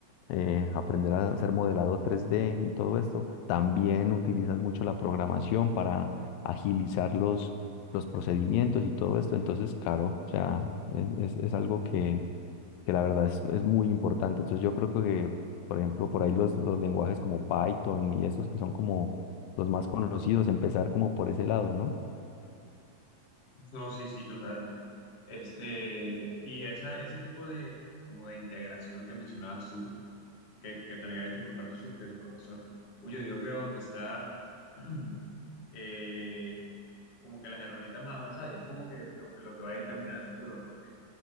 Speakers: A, on the left; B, on the left.
A: eh, aprender a hacer modelado 3D y todo esto, también utilizas mucho la programación para agilizar los, los procedimientos y todo esto. Entonces, claro, o sea, es, es es algo que que la verdad es, es muy importante. Entonces yo creo que, por ejemplo, por ahí los, los lenguajes como Python y estos que son como los más conocidos, empezar como por ese lado, ¿no?
B: No, sí, sí, total. Este, y esa, ese tipo de, como de integración que mencionabas tú, que, que también ha hecho por parte de, su- de tu profesor, uy, yo digo que donde está <clears throat> eh, como que las herramientas más avanzadas, y es como que lo, lo que va a dictaminar el futuro, porque